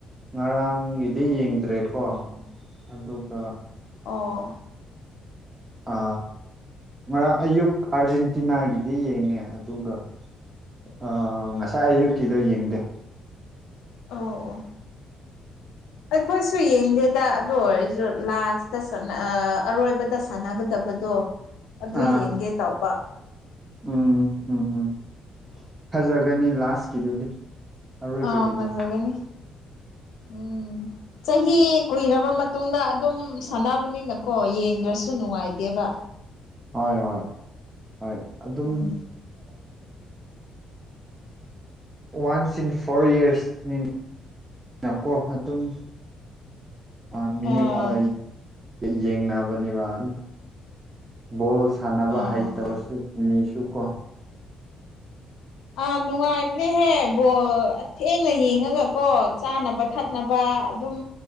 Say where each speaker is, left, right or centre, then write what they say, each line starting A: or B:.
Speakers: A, on the right (about 25°); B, on the left (about 85°).
A: ꯉꯔꯥꯡꯒꯤꯗꯤ ꯌꯦꯡꯒꯦ ꯗ꯭ꯔꯦꯀꯣ
B: ꯑꯣ
A: ꯑꯗꯨꯒ
B: ꯑꯣ
A: ꯑ ꯉꯔꯥꯡ ꯑꯌꯨꯛ ꯑꯥꯔꯖꯦꯟꯇꯤꯅꯥꯒꯤꯗꯤ ꯌꯦꯡꯉꯦ ꯑꯗꯨꯒ ꯑ ꯉꯁꯥꯏ ꯑꯌꯨꯛꯀꯤꯗꯣ ꯌꯦꯡꯗꯦ
B: ꯑꯣ ꯑꯣ ꯑꯩꯈꯣꯏꯁꯨ ꯌꯦꯡꯗꯦꯗ ꯑꯗꯨ ꯑꯣꯏꯔꯁꯨ ꯂꯥꯁ ꯑꯔꯣꯏꯕꯗ ꯁꯥꯟꯅꯒꯗꯕꯗꯣ ꯑꯗꯨ
A: ꯑꯥ
B: ꯌꯦꯡꯒꯦ ꯇꯧꯕ
A: ꯎꯝ ꯎꯝ ꯎꯝ ꯐꯖꯒꯅꯤ ꯂꯥꯁꯀꯤꯗꯨꯗꯤ ꯑꯔꯣꯏꯕꯒꯤꯗꯣ
B: ꯑ ꯐꯖꯖꯒꯦꯅꯤ ꯎꯝ ꯆꯍꯤ ꯀꯨꯏꯔꯕ ꯃꯇꯨꯡꯗ ꯑꯗꯨꯝ ꯁꯥꯟꯅꯕꯅꯤꯅꯀꯣ ꯌꯦꯡꯗ꯭ꯔꯁꯨ ꯅꯨꯡꯉꯥꯏꯇꯦꯕ
A: ꯍꯣꯏ ꯍꯣꯏ ꯍꯣꯏ ꯑꯗꯨꯝ
B: ꯎꯝ
A: ꯋꯥꯟꯁ ꯏꯟ ꯐꯣꯔ ꯌꯔꯁꯅꯤ ꯅꯀꯣ ꯑꯗꯨꯝ ꯑ ꯃꯤ
B: ꯑꯥ
A: ꯑ ꯌꯦꯡꯅꯕꯅꯦꯕ ꯑꯗꯨꯝ ꯕꯣꯜ ꯁꯥꯟꯅꯕ
B: ꯑꯣ
A: ꯍꯩꯇ꯭ꯔꯁꯨ
B: ꯑꯣ ꯑꯣ
A: ꯃꯤꯁꯨ ꯆꯨꯀꯣ
B: ꯑꯥ ꯅꯨꯡꯉꯥꯏꯕꯅꯦꯍꯦ ꯕꯣꯊꯦꯡꯅ ꯌꯦꯡꯉꯒꯀꯣ ꯆꯥꯅꯕ ꯊꯛꯅꯕ ꯑꯗꯨꯝ